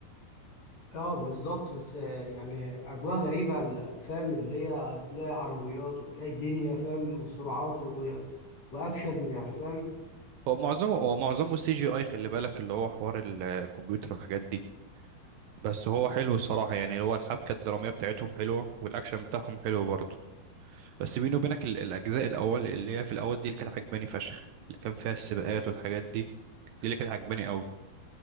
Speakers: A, on the left; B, on the right.
A: آه بالظبط بس آه، يعني أجواء غريبة ال- فاهم اللي هي تلاقي عربيات وتلاقي دنيا فاهم وسرعات و... وأكشن يعني فاهم
B: هو معظمه هو معظمه سي جي اي خلي بالك اللي هو حوار ال- الكمبيوتر والحاجات دي بس هو حلو الصراحة يعني اللي هو الحبكة الدرامية بتاعتهم حلوة والأكشن بتاعهم حلو برضه بس بيني وبينك ال- الأجزاء الأول اللي هي في الأول دي اللي كانت عجباني فشخ اللي كان فيها السباقات والحاجات دي دي اللي كانت عجباني أوي